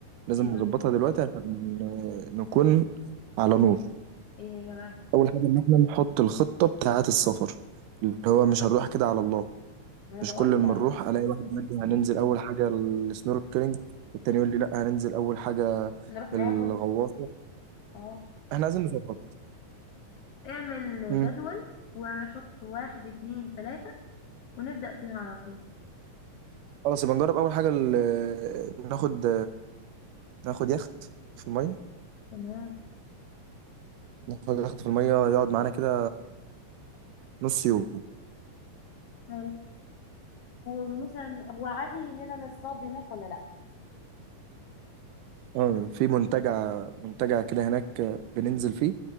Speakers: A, on the right (about 80°); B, on the left (about 60°).
A: لازم
B: ايه
A: نظبطها
B: هي
A: دلوقتي عشان آه، نكون على نور
B: ايه هي بقى
A: اول حاجة ان احنا نحط الخطة بتاعة السفر اللي هو مش هنروح كده على الله
B: انا
A: مش
B: بقول
A: كل ما
B: لك
A: نروح الاقي واحد
B: مم.
A: يقول لي هننزل اول حاجة السنوركلينج والتاني يقول لي لا هننزل اول حاجة
B: نروح ناكل
A: الغواصة
B: اه
A: احنا عايزين نظبط
B: اعمل
A: امم
B: جدول ونحط واحد اتنين تلاتة ونبدأ فيها على طول
A: خلاص يبقى نجرب اول حاجة ال- ناخد ناخد يخت في المية
B: تمام
A: ناخد يخت في المية يقعد معانا كده نص يوم
B: حلو ومثلا هو عادي اننا نصطاد هناك ولا لا
A: اه في منتجع منتجع كده هناك آه، بننزل فيه